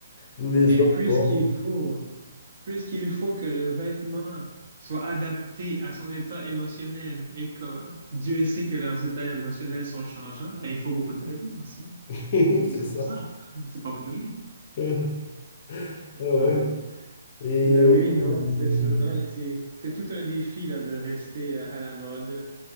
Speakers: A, on the left; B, on the right.
A: nous
B: Et
A: les hommes,
B: puisqu'il
A: bon,
B: faut, puisqu'il faut que le vêtement soit adapté à son état émotionnel et que Dieu sait que leurs états émotionnels sont changeants, eh, il faut beaucoup de vêtements aussi.
A: <laughs> c'est
B: C'est
A: ça.
B: pour ça. <laughs> C'est pas pour rien.
A: <laughs> Ouais.
B: Ouais.
A: Et
B: Mais
A: euh,
B: oui, non,
A: hum,
B: c'est sûr. hein, et c'est, c'est tout un défi là, de rester euh, à la mode.